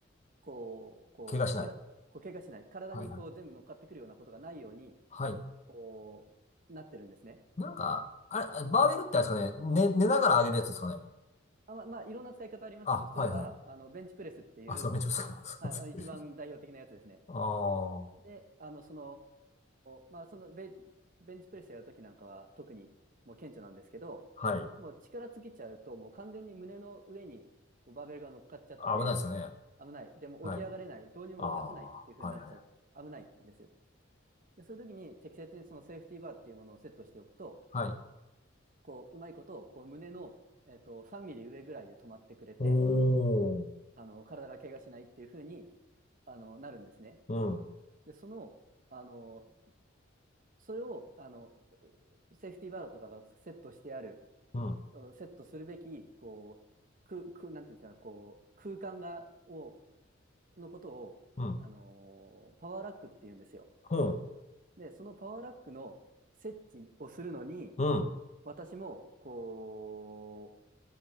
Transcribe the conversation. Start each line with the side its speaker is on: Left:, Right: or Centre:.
Right: こう、こう、
Left: 怪我しない。
Right: から、こう、怪我しない、体にこう、
Left: はいはい。
Right: 全部乗っかってくるようなことがないように、
Left: はい。
Right: こう、なってるんですね。
Left: なんか、あれ、バーベルってあれですかね、寝、寝ながら上げるやつですかね。
Right: あ、まあ、まあ、いろんな使い方ありますけど、
Left: あ、
Right: それは、
Left: はい。はい。
Right: あの、ベンチプレスっていう、
Left: あ、そう、めっちゃ疲れます。
Right: はい、
Left: <laughs> すいません。
Right: 一番代表的なやつですね。
Left: ああ。
Right: で、あの、その、まあ、そのベ、ベンチプレスやるときなんかは特にもう顕著なんですけど、
Left: はい。
Right: もう力尽きちゃうと、もう完全に胸の上にこうバーベルが乗っかっちゃって、
Left: 危ないですよね。
Right: 危ない。でも起き上がれない。
Left: はい。
Right: どうにも動かせないっていう風になっちゃう。
Left: ああ。はい。はい。
Right: 危ないんです。で、そういう時に適切にそのセーフティーバーっていうものをセットしておくと、
Left: はい。
Right: こう、うまいことをこう胸の、えっと、3ミリ上ぐらいで止まってくれて、
Left: おー、
Right: あの、体が怪我しないっていう風に、あの、なるんですね。
Left: うん、
Right: で、その、あの、それを、あの、セーフティーバーとかがセットしてある、
Left: うん、
Right: うんセットするべき、こう、く、く、なんていうんですか、こう、空間が、を、のことを、
Left: うん、
Right: あのーパワーラックって言うんですよ。
Left: うん、
Right: で、そのパワーラックの設置をするのに、
Left: うん。
Right: 私も、こ